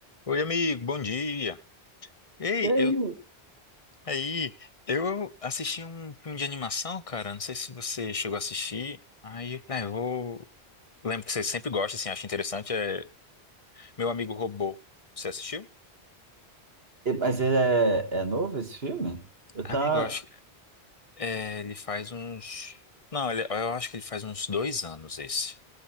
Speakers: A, on the left (about 35°); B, on the right (about 65°).
A: Oi, amigo, bom dia. Ei,
B: E aí,
A: eu aí, eu assisti um filme de animação, cara. Não sei se você chegou a assistir. Aí, ah, eu vou. Lembro que você sempre gosta, assim, acha interessante. É Meu Amigo Robô. Você assistiu?
B: e- mas ele é, é novo esse filme? Eu
A: Amigo,
B: tá.
A: eu acho. É, ele faz uns. Não, ele- eu acho que ele faz uns dois anos esse.